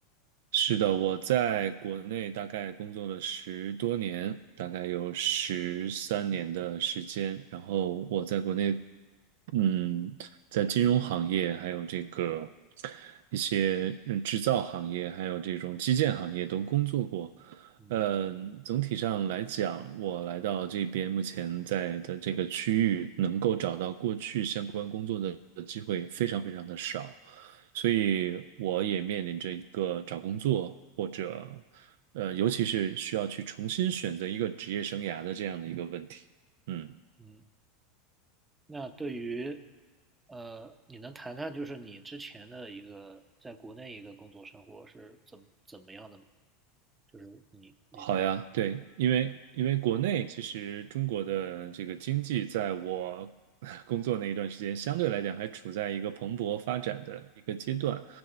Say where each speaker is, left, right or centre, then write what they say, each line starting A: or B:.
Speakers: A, on the right; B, on the right.
A: 是的，我在国内大概工作了十多年，大概有十三年的时间。然后我在国内，嗯，在金融行业，还有这个一些嗯制造行业，还有这种基建行业都工作过。
B: 嗯
A: 嗯，总体上来讲，我来到这边目前在的这个区域，能够找到过去相关工作的机会非常非常的少。所以我也面临着一个找工作或者，呃，尤其是需要去重新选择一个职业生涯的这样的一个问题。嗯。
B: 嗯。那对于，呃，你能谈谈就是你之前的一个在国内一个工作生活是怎么怎么样的吗？就是你你这
A: 好呀，对，因为因为国内其实中国的这个经济，在我 <laughs> 工作那一段时间，相对来讲还处在一个蓬勃发展的一个阶段。